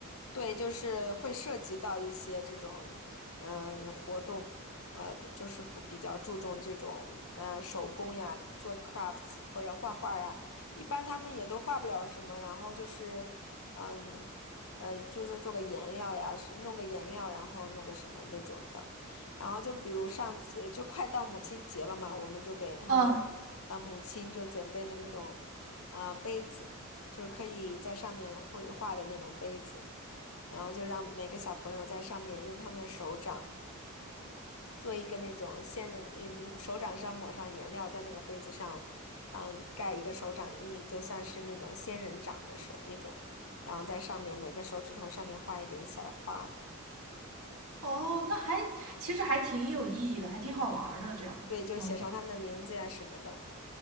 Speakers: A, on the left (about 70°); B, on the right (about 80°).
A: 对，就是会涉及到一些这种嗯活动，呃，就是不比较注重这种嗯手工呀，做 crafts 或者画画呀，一般他们也都画不了什么，然后就是嗯呃，就是做个颜料呀，是弄个颜料，然后弄个什么那种的，然后就比如上次就快到母亲节了嘛，我们就给他们呃母亲就准备的那种啊、
B: 嗯，
A: 呃杯子，就是可以在上面绘画的那种杯子。然后就让每个小朋友在上面用他们的手掌做一个那种仙人，嗯，手掌上抹上颜料，在那个杯子上，嗯，盖一个手掌印，就像是那种仙人掌的手那种，然后在上面每个手指头上面画一点小花，
B: 哦，那还其实还挺有意义的，还挺好玩儿的，这样子弄的。
A: 对，就写上他们的名字呀什么的。